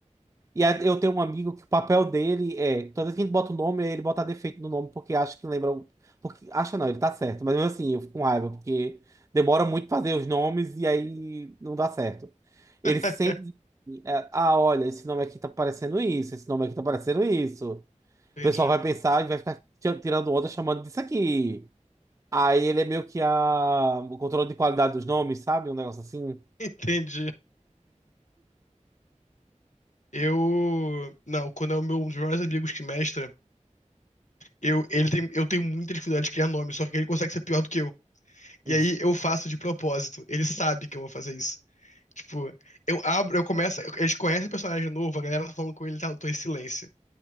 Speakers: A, on the right; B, on the left.
A: E aí eu tenho um amigo que o papel dele é, toda vez que a gente bota o nome, ele bota defeito no nome porque acha que lembra. o- Porque acha não, ele tá certo. Mas mesmo assim, eu fico com raiva, porque demora muito fazer os nomes e aí não dá certo. Ele
B: <laughs>
A: sempre diz assim, é, ah, olha, esse nome aqui tá parecendo isso, esse nome aqui tá parecendo isso.
B: Entendi.
A: O pessoal vai pensar e vai ficar ti- tirando onda chamando disso aqui. Aí ele é meio que a... o controle de qualidade dos nomes, sabe? Um negócio assim.
B: Entendi. Eu. Não, quando é o meu, um dos meus amigos que mestra, eu, ele tem, eu tenho muita dificuldade de criar nome, só que ele consegue ser pior do que eu. E
A: <laughs>
B: aí eu faço de propósito. Ele sabe que eu vou fazer isso. Tipo, eu abro, eu começo. Eles conhecem o personagem novo, a galera tá falando com ele e tal, eu tô em silêncio.